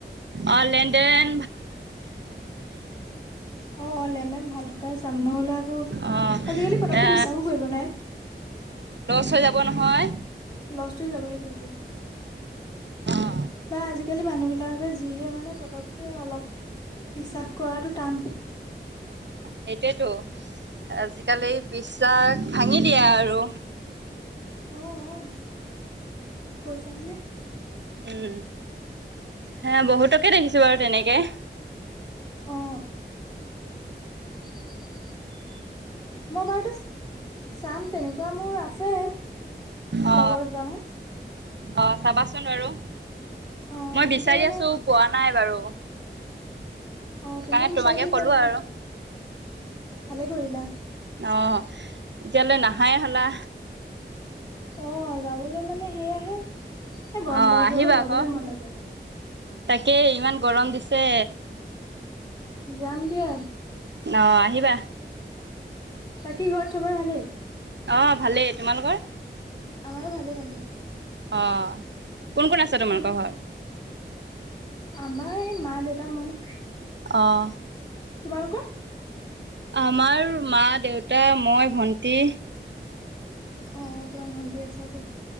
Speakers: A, on the right; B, on the left.
A: অ', লেন ণ্ডেন
B: অ', অ', লেন-দেন ভাল থকাই চাম নহ'লে আক ও,
A: অ'
B: আজিকালি পতককে
A: এ
B: বিশ্বাসো কৰিব নোৱাৰে।
A: চৈ যাব নহয়।
B: লছ হৈ যাব সেইটো সেইটোয়ে।
A: অ'
B: বা আজিকালি মানুহ বিলাকে যিহে মানে পতককে অলপ বিশ্বাস কৰাটো টান।
A: সেইটোৱেতো, আজিকালি বিশ্বাস ভাঙি দিয়ে আৰু।
B: অঁ অঁ কৈছাহেনে।
A: উম হে বহুতকে দেখিছো বাৰু তেনেকে।
B: অ <unintelligible> মই বৰটাছ চাম তেনেকুৱা, মোৰ আছে
A: অ
B: লগৰ দুটামান।
A: অ চাবাচোন বাৰু,
B: অ
A: মই
B: কিন্তু
A: বিচাৰি
B: মানে
A: আছো পোৱা নাই বাৰু।
B: অ
A: সেইকাৰণে
B: তুমিও বিচাৰি
A: তোমাকে
B: থাকিবা
A: ক'লো
B: বাৰু।
A: আৰু
B: ভালে কৰিলা।
A: অ এতিয়ালৈ নাহাই হ'লা
B: অ যাবলৈ মানে সেয়া এই গৰম
A: অ
B: লাল
A: আহিবা
B: প যে ওলাবলে
A: আকৌ
B: মন যায়।
A: তাকে ইমান গৰম দিছে।
B: যাম দিয়া।
A: অ আহিবা
B: বাকী ঘৰত চবেই ভালে?
A: অ ভালেই তোমালোকৰ?
B: আমাৰো ভালে ভালে।
A: অহ কোন কোন আছে তোমালোকৰ
B: তুমি
A: ঘৰত?
B: আমাৰ এই মা- দেউতা, মই।
A: অহ।
B: তোমালোকৰ?
A: আমাৰ মা, দেউতা, মই, ভন্টি।
B: অ তোমাৰ ভণ্টি আছে আকৌ।